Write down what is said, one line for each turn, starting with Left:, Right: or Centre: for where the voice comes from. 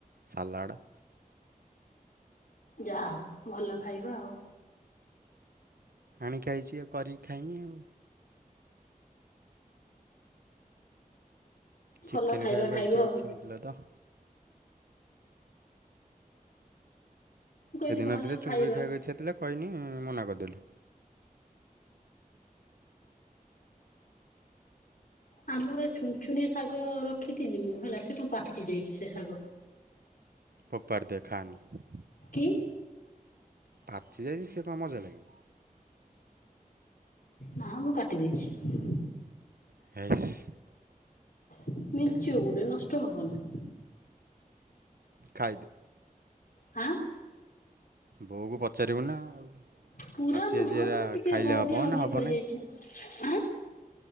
Right: ସାଲାଡ଼।
Left: ଯାହା ହଉ ଭଲ ଖାଇବା ଆଉ।
Right: ଆଣିକି ହେଇଛିଉ କରିକି ଖାଇମି ଆଉ।
Left: ଭଲ
Right: ଚିକେନ୍ ଖାଇବା
Left: ଖାଇବ
Right: କୁ ଟିକେ
Left: ଆଉ
Right: ଇଚ୍ଛା ହୋଉଥିଲା ତ?
Left: ମୁଁ କହିଲି
Right: ସେଦିନ
Left: ଭଲ
Right: ଧରେ ଚୁଙ୍ଗୁଡ଼ି
Left: ଖାଇବା।
Right: ଖାଇବାକୁ ଇଚ୍ଛା ଥିଲେ କହିନି ମନା କରିଦେଲୁ।
Left: ଆମର ଛୁନ ଛୁନି ଶାଗ ରଖିନି ମୁଁ ହେଲା ସେ କଣ ପାଚି ଯାଇଛି ସେ ଶାଗ।
Right: ଫୋପାଡ଼ି ଦିଅ ଖାଆନି।
Left: କି?
Right: ପାଚି ଯାଇଛି ସେ କଣ ଭଲ ଲାଗିବ?
Left: ନାଁ ମୁଁ କାଟି ଦେଇଛି।
Right: <unintelligible>
Left: <unintelligible> ଗୁଡେ ନଷ୍ଟ ହବ ନା।
Right: ଖାଇଦେ।
Left: ହଁ।
Right: ବୋଉକୁ ପଚାରିବୁ ନା ଆଉ।
Left: ପୁରା
Right: ପାଚି
Left: ନୁହଁ
Right: ଯାଇଛି ଏରା
Left: ମାନେ ଟିକେ
Right: ଖାଇଲେ
Left: ହଳଦିଆ
Right: ହେବ
Left: ହଳଦିଆ
Right: ନା ହେବନି
Left: ପଡିଯାଇଛି ଆଁ।